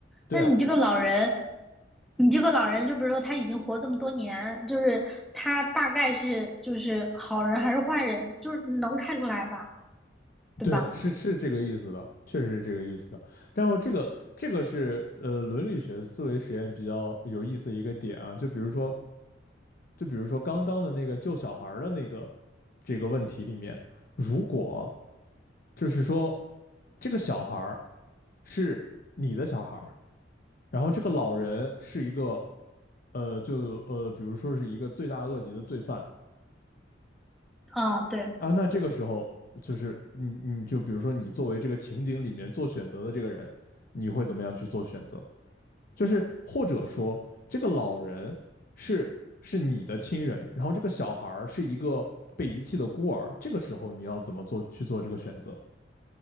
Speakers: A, on the left (about 50°); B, in the centre.
A: 对啊，
B: 那你这个老人，你这个老人，就比如说他已经活这么多年，就是他大概是就是好人还是坏人，就是能看出来吧，对吧？
A: 对，是是这个意思的，确实是这个意思的。然后这个这个是呃伦理学思维实验比较有意思的一个点啊，就比如说就比如说刚刚的那个救小孩儿的那个这个问题里面，如果就是说这个小孩儿是你的小孩儿，然后这个老人是一个呃就呃比如说是一个罪大恶极的罪犯。
B: 嗯，对。
A: 啊，那这个时候就是你你就比如说你作为这个情景里面做选择的这个人，你会怎么样去做选择？就是或者说这个老人是是你的亲人，然后这个小孩儿是一个被遗弃的孤儿，这个时候你要怎么做去做这个选择？